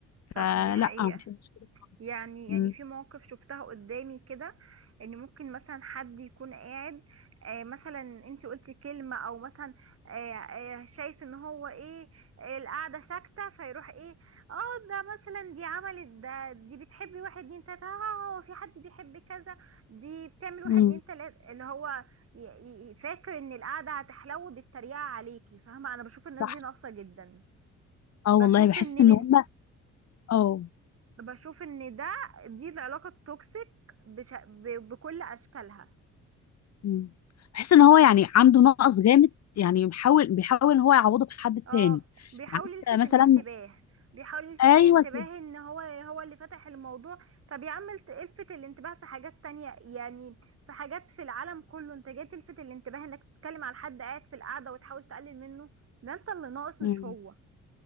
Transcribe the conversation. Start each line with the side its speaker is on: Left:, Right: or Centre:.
Right: صح
Left: فلا
Right: دي حقيقة
Left: ما بحبش كده خالص
Right: يعني يعني
Left: م-
Right: في مواقف شفتها قدامي كده ان ممكن مثلا حد يكون قاعد آه، مثلا انت قلتي كلمة او مثلا آه، آه، شايف ان هو ايه آه، القعدة ساكتة فيروح ايه اه ده مثلا دي عملت ده دي بتحبي واحد اتنين تلاتة اه هو في حد بيحب كذا دي بتعمل واحد
Left: م،
Right: اتنين تلاتة اللي هو ي- ي- فاكر ان القعدة هتحلو بالتريقة عليكي فاهمة انا بشوف الناس
Left: صح
Right: دي ناقصة جدا
Left: اه
Right: بشوف
Left: والله بحس
Right: ان
Left: ان
Right: من
Left: هم اه
Right: بشوف ان ده دي العلاقة التوكسيك بش... ب... بكل اشكالها
Left: م. بحس ان هو يعني عنده نقص جامد يعني بيحاول بيحاول ان هو يعوضه في حد
Right: اه
Left: تاني
Right: بيحاول
Left: يعني انت
Right: يلفت
Left: مثلا
Right: الانتباه بيحاول يلفت
Left: ايوه
Right: الانتباه
Left: كده
Right: ان هو هو اللي فتح الموضوع طب يا عم الت- الفت الانتباه في حاجات تانية يعني في حاجات في العالم كله انت جاي تلفت الانتباه انك تتكلم على حد قاعد في القعدة وتحاول تقلل منه ده انت اللي ناقص مش
Left: م،
Right: هو